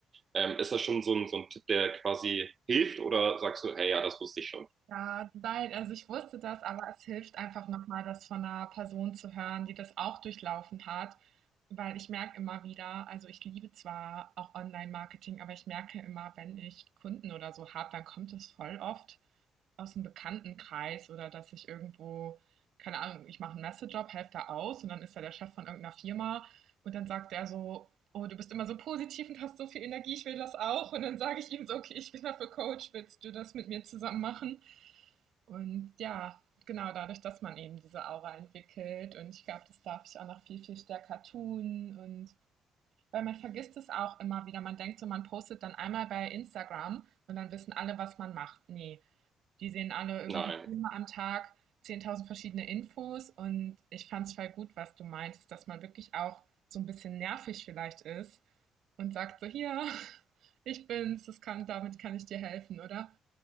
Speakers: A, on the right (about 40°); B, on the right (about 75°).
A: Ähm, ist das schon so ein, so ein Tipp, der quasi hilft oder sagst du, hey, ja, das wusste ich schon?
B: Ja, nein, also ich wusste das, aber es hilft einfach nochmal, das von einer Person zu hören, die das auch durchlaufen hat, weil ich merke immer wieder, also ich liebe zwar auch Online-Marketing, aber ich merke immer, wenn ich Kunden oder so habe, dann kommt es voll oft aus aus'm Bekanntenkreis oder dass ich irgendwo keine Ahnung, ich mache 'n Messejob, helfe da aus und dann ist da der Chef von irgendeiner Firma und dann sagt er so: „Oh, du bist immer so positiv und hast so viel Energie, ich will das auch.“ Und dann sage ich ihm so: „Okay, ich bin dafür Coach, willst du das mit mir zusammen machen?“ Und ja, genau, dadurch, dass man eben diese Aura entwickelt und ich glaube, das darf ich auch noch viel, viel stärker tun und weil man vergisst es auch immer wieder. Man denkt so, man postet dann einmal bei Instagram und dann wissen alle, was man macht. nee die sehen alle irgendwie
A: Nein.
B: zehnmal am Tag 10.000 verschiedene Infos und ich fand es voll gut, was du meintest, dass man wirklich auch so ein bisschen nervig vielleicht ist und sagt so, hier, <laughs> ich bin's, das kann, damit kann ich dir helfen, oder?